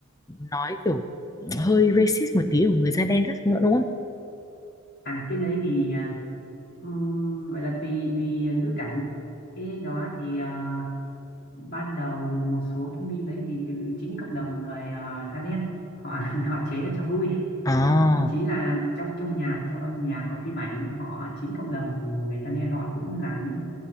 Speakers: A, on the left (about 15°); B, on the left (about 50°).
A: nói kiểu hơi racist một tí của người da đen các thứ nữa đúng không?
B: à cái đấy thì à, ừm, gọi là tùy tùy ngữ cảnh cái đó thì à, ban đầu một số cái meme đấy thì từ chính cộng đồng người à, da đen họ <laughs> họ chế ra cho vui
A: Ờ,
B: thậm chí là trong trong nhạc trong âm nhạc và phim ảnh họ chính cộng đồng người da đen họ cũng làm những